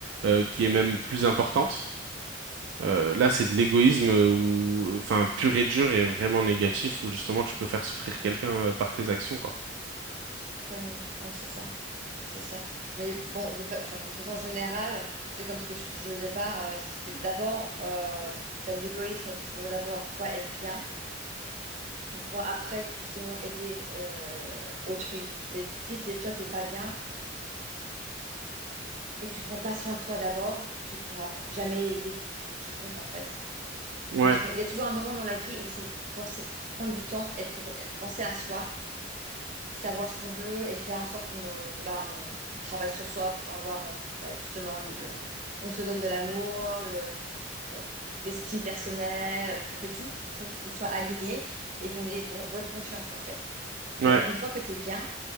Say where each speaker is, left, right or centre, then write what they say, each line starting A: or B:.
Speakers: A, on the right; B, on the right.
A: euh, qui est même plus importante. Euh, là, c'est de l'égoïsme euh, ou enfin pur et dur et vraiment négatif où justement tu peux faire souffrir quelqu'un euh, par tes actions, quoi.
B: Absolument. Ouais, c'est ça. C'est ça. Mais bon, de, fa- enfin, de façon générale, tu sais, comme ce que je te disais au départ, euh, c'est que d'abord, euh, t'as l'égoïsme pour d'abord, toi, être bien, pour pouvoir après, justement, aider euh, autrui. Mais si t'es, toi, t'es pas bien et que tu prends pas soin de toi d'abord, tu pourras jamais aider qui- quiconque, en fait.
A: Ouais,
B: Donc, faut- il y a toujours un moment dans la vie où il faut penser, prendre du temps, être pour, penser à soi savoir ce qu'on veut et faire en sorte qu'on bah, on, on travaille sur soi pour avoir euh, bah, justement, le- on se donne de l'amour, le- le- l'estime personnelle, on fait tout pour qu'on soit aligné et qu'on ait bon- bonne conscience en fait.
A: ouais.
B: Et une fois que tu es bien,